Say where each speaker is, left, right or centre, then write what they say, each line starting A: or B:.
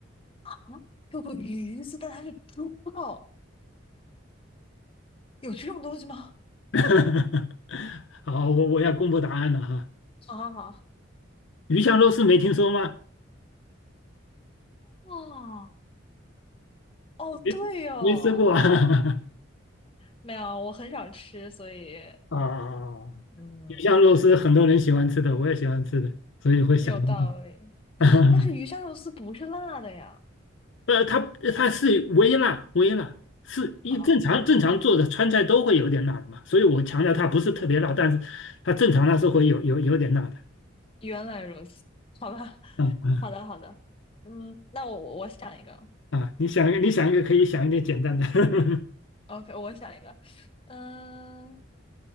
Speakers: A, on the left (about 25°); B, on the left (about 70°).
A: 啊，有个鱼字，但它是猪肉，有这种东西吗？
B: <laughs> 好，我我要公布答案了哈。
A: 啊啊
B: 鱼香肉丝没听说吗？
A: 哦哦，
B: 没没吃过啊？
A: 对哦。
B: <laughs>
A: 没有，我很少吃，所以
B: 啊，
A: 嗯，
B: 鱼香肉丝很多人喜欢吃的，我也喜欢吃的，所以会想到这个。
A: 有道理。
B: <laughs>
A: 但是鱼香肉丝不是辣的呀。
B: 呃，它它是微辣，微辣是一正常正常做的川菜都会有点辣的嘛，
A: 啊，
B: 所以我强调它不是特别辣，但是它正常它是会有有有点辣的。
A: 原来如此，好吧，<laughs>
B: 嗯嗯
A: 好的，好的。嗯，那我我想一个
B: 啊，你想一个，你想一个，可以想一点简单的 <laughs>
A: ，OK，我想一个，嗯、